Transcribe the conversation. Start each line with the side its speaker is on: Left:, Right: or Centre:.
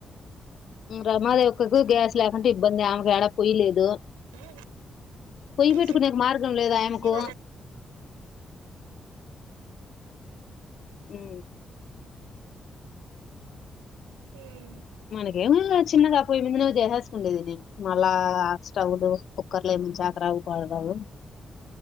Left: రమాదేవక్కకు గ్యాస్ లేకుంటే ఇబ్బందే ఆమెకు ఏడా పొయ్యి లేదు
Right: అంతే
Left: పొయ్యి పెట్టుకునే
Right: సిటీ
Left: కి మార్గం లేదు ఆమెకు
Right: వాళ్ళ
Left: హ్మ్
Right: అట్లా
Left: మనకే <unintelligible> చిన్నగా పొయ్యి ముంది ను చేసేసుకుండేది ఇది మళ్ళా స్టవ్లు కుక్కర్ లో ఏమనా చాకరావు <unintelligible>